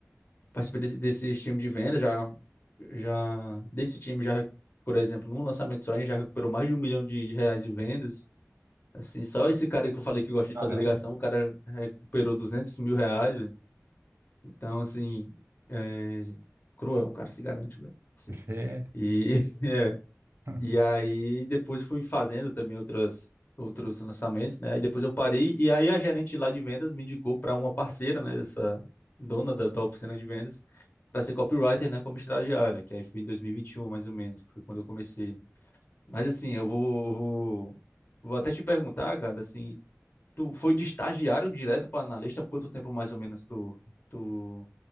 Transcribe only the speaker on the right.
Caramba,
você.
<laughs>